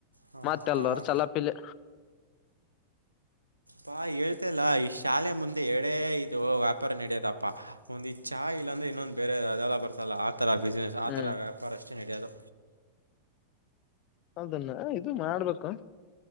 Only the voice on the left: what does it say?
ಮತ್ತೆ
ಅಲ್ಚಲಪಿಲ್ಲ
ಹ್ಮ್
ಅದನ್ನ ಇದು ಮಾಡ್ಬೇಕು